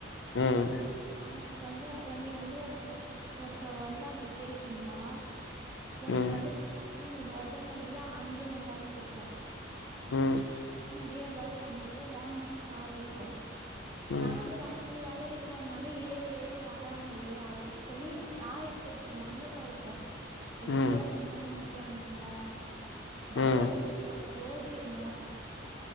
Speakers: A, on the left; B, on the right.
A: ம்
B: உனக்கு வந்து ஒன்னி வந்து ஒருத்த ஒருத்தவ வந்து அப்டி பேசியிருந்தா உனக்கு
A: ம்
B: வந்து நீ உடனடியா அங்கே வந்து அடிச்சிருப்ப
A: ம்
B: முன்னடியே ஏதாவது பண்ணிருப்ப வொ மனசு ஆரிருக்கும்
A: ம்
B: நா வந்து வெலகி வெலகி போறனால ஏறி ஏறி வா ராங்களே அப்டின்னு சொல்லி ஆயிரத்தி எட்டு மண்ட கொழப்போ எப்டியாவ
A: ம்
B: பயமுத்தி அனுப்பனு
A: ம்
B: வரவே
A: ம்
B: கூடாது ஓடிர் னோ